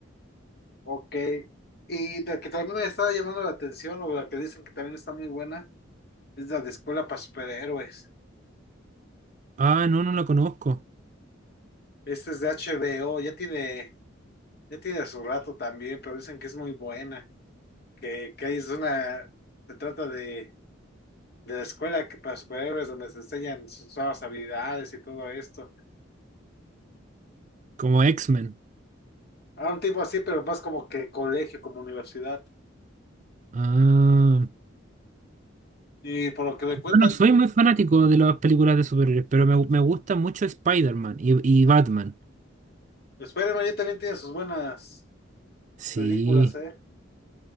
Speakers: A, on the left (about 55°); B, on the right (about 40°).
A: Ok. Y la que también me está llamando la atención, o la que dicen que también está muy buena, es la de Escuela para Superhéroes.
B: Ah, no, no la conozco.
A: Esta es de HBO, ya tiene, ya tiene su rato también, pero dicen que es muy buena, que, que ahí es una, se trata de de la escuela que para superhéroes donde se enseñan sus nuevas habilidades y todo esto.
B: Como X-Men.
A: A un tipo así, pero más como que colegio, como universidad.
B: Ah.
A: Y por lo que me cuentan,
B: Bueno, soy muy fanático de las películas de superhéroes, pero me, gu- me gusta mucho Spider-Man y, y Batman.
A: Spider-Man ya también tiene sus buenas
B: Sí,
A: películas, ¿eh?